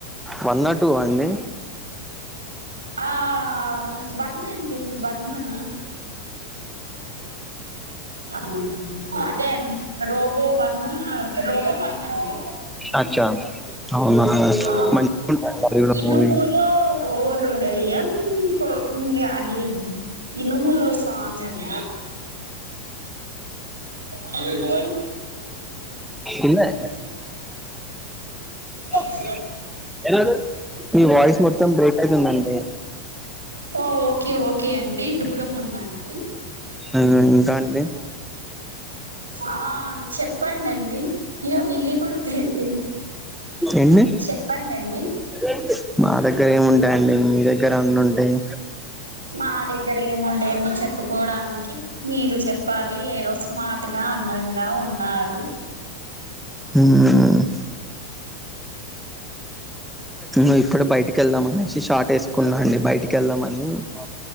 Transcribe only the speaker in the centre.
one అ టూ ఆ అండి
అచ్చా అవునా!
మంచిగుంటదండి అది గూడా
మూవీ.
ఇల్లే <unintelligible>
మీ వాయిస్ మొత్తం బ్రేక్ అయితుందండి.
ఆ ఇంకా అండి
ఎన్ని
రెండు మా దగ్గర ఏముంటాయండి మీ దగ్గరే అన్ని ఉండు ఉంటాయి
ఉమ్ నువ్వు ఇప్పుడు బయటికి వెళ్దామనేసి షార్ట్ వేసుకున్నా అండి బయటికి వెళ్దామని ఉమ్